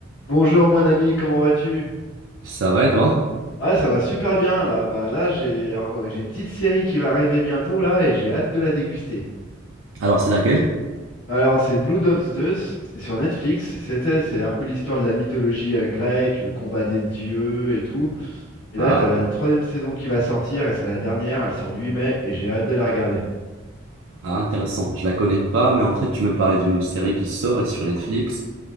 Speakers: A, on the left; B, on the right.
A: Bonjour mon ami, comment vas-tu?
B: Ça va et toi?
A: Ouais, ça va super bien là. Bah là, j'ai un- j'ai une petite série qui va arriver bientôt là et j'ai hâte de la déguster.
B: Alors, c'est laquelle?
A: Bah, Alors, c'est Blood of Zeus, c'est sur Netflix. C'était, c'est un peu l'histoire de la mythologie euh, grecque, le combat des dieux et tout. Et
B: Ah,
A: là, t'as la troisième saison qui va sortir et c'est la dernière, elle sort le 8 mai et j'ai hâte de la regarder.
B: ah, intéressant. Je la connais pas, mais en fait, tu me parlais d'une série qui sort et sur Netflix.